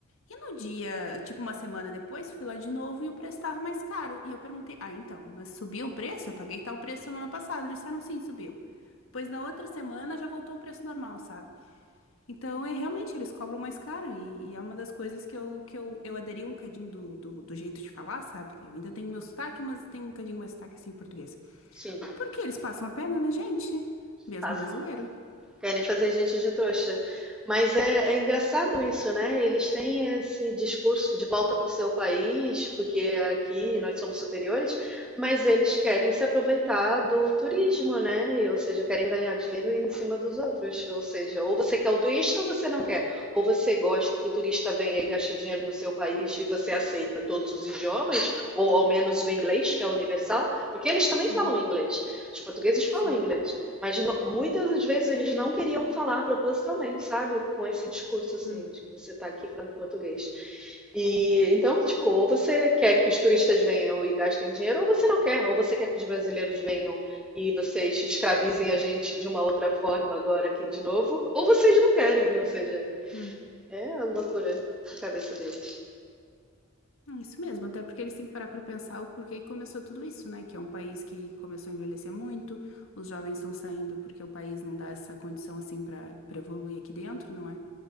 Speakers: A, on the left; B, in the centre.
A: E no dia, tipo uma semana depois, fui lá de novo e o preço estava mais caro. E eu perguntei, ah, então, mas subiu o preço? Eu paguei tal preço semana passada. Eles disseram, sim, subiu. Depois, na outra semana, já voltou o preço normal, sabe? Então, é realmente, eles cobram mais caro e, e é uma das coisas que eu, que eu, eu aderi um cadinho do, do, do jeito de falar, sabe? Eu ainda tenho meu sotaque, mas tenho um cadinho mais sotaque assim em português.
B: Sim,
A: Porque eles passam a perna na gente, mesmo
B: tá
A: brasileiro.
B: Querem fazer gente de trouxa. Mas é, é engraçado isso, né? Eles têm esse discurso de volta para o seu país, porque aqui nós somos superiores, mas eles querem se aproveitar do turismo, né? E, Ou seja, querem ganhar dinheiro em cima dos outros. Ou seja, ou você quer o turista ou você não quer. Ou você gosta que o turista venha e gaste dinheiro no seu país e você aceita todos os idiomas, ou ao menos o inglês, que é universal, porque eles também falam
A: Uhum,
B: inglês. Os portugueses falam
A: sim.
B: inglês. Mas no- muitas das vezes eles não queriam falar propositalmente, sabe? Com esse discurso, assim,
A: Hum,
B: de que você tá aqui falando português. E então, tipo, ou você quer que os turistas venham e gastem dinheiro, ou você não quer, ou você quer que os brasileiros venham e vocês escravizem a gente de uma outra forma agora aqui de novo, ou vocês não querem, ou seja,
A: hum.
B: é a loucura da cabeça deles.
A: É Isso mesmo, até porque eles têm que parar pra pensar o porquê que começou tudo isso, né? Que é um país que começou a envelhecer muito, os jovens estão saindo porque o país não dá essa condição assim pra para evoluir aqui dentro, não é?